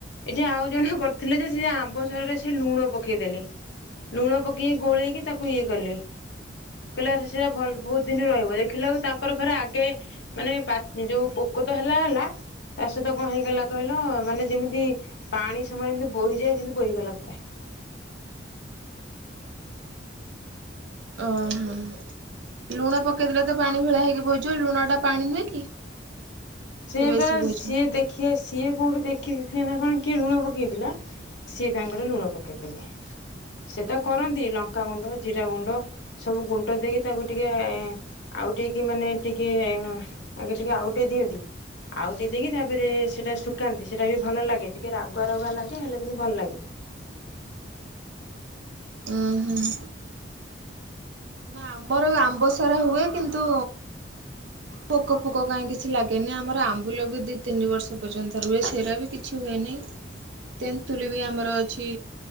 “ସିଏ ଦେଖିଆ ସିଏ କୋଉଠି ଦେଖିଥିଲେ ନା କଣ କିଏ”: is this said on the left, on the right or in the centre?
Left